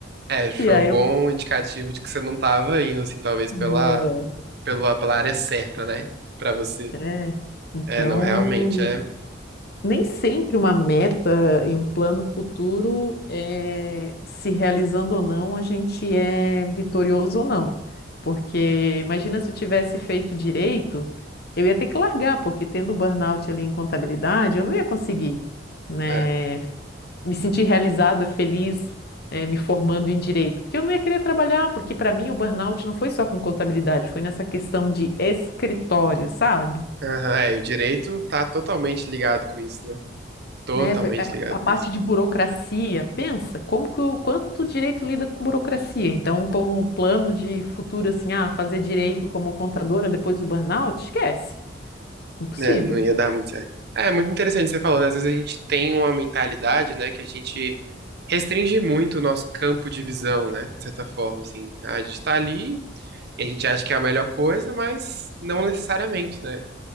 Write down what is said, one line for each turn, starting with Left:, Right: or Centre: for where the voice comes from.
Right: É, foi
Left: E aí
Right: um bom indicativo de que você não tava indo, assim, talvez
Left: É,
Right: pela, pela, pela área certa, né? Pra você.
Left: é. Então,
Right: É, não, realmente é.
Left: nem sempre uma meta e um plano futuro é, se realizando ou não, a gente é vitorioso ou não. Porque imagina se eu tivesse feito direito, eu ia ter que largar, porque tendo burnout ali em contabilidade, eu não ia conseguir, né,
Right: É.
Left: me sentir realizada, feliz, eh, me formando em direito, porque eu não ia querer trabalhar, porque para mim o burnout não foi só com contabilidade, foi nessa questão de escritório, sabe?
Right: Aham, é, e o direito tá totalmente ligado com isso, né? Totalmente
Left: né? Foi é,
Right: ligado
Left: a parte
Right: com isso.
Left: de burocracia. Pensa, como que o quanto o direito lida com burocracia? Então, como o plano de futuro assim, ah, fazer direito como contadora depois do burnout, esquece. Impossível.
Right: É, não ia dar muito certo. É, muito interessante o que você falou, né? Às vezes a gente tem uma mentalidade, né, que a gente restringe muito o nosso campo de visão, né? De certa forma, assim. A gente tá ali e a gente acha que é a melhor coisa, mas não necessariamente, né?